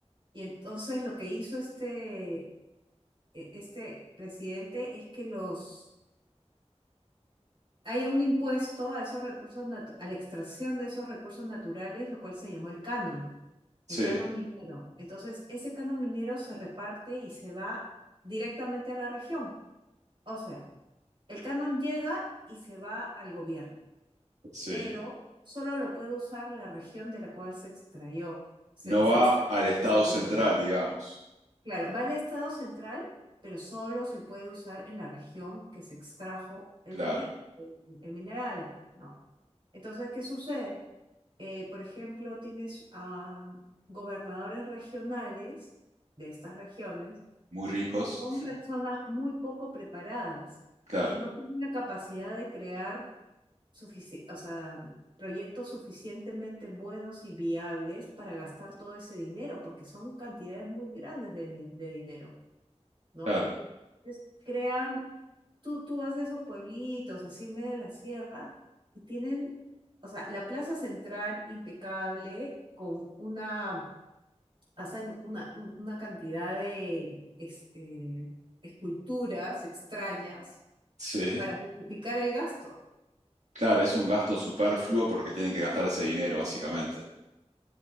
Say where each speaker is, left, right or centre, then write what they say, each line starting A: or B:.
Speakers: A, on the right (about 45°); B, on the right (about 85°).
A: Y entonces lo que hizo este, e- este presidente es que los haya un impuesto a esos recursos natu- a la extracción de esos recursos naturales, lo cual se llamó el canon,
B: sí,
A: el canon minero. Entonces, ese canon minero se reparte y se va directamente a la región. O sea, el canon llega y se va al gobierno.
B: sí.
A: pero solo lo puede usar la región de la cual se extrayó, se,
B: No
A: se
B: va
A: extrajo
B: al Estado
A: ese dinero.
B: central, digamos.
A: Claro, va al Estado central, pero solo se puede usar en la región que se extrajo el
B: Claro.
A: dinero, el, el mineral, ¿no? Entonces, ¿qué sucede? Eh, por ejemplo, tienes a gobernadores regionales de estas regiones
B: Muy ricos.
A: que son personas muy poco preparadas
B: Claro,
A: y que no tienen la capacidad de crear sufici- o sea, proyectos suficientemente buenos y viables para gastar todo ese dinero, porque son cantidades muy grandes de, ni- de dinero, ¿no?
B: claro.
A: Entonces, crean, tú, tú vas de esos pueblitos, así en medio de la sierra, y tienen, o sea, la plaza central impecable, con una, hacen una, un- una cantidad de es- eh, esculturas extrañas
B: Sí.
A: para justificar el gasto.
B: Claro, es un gasto superfluo porque tienen que gastar ese dinero, básicamente.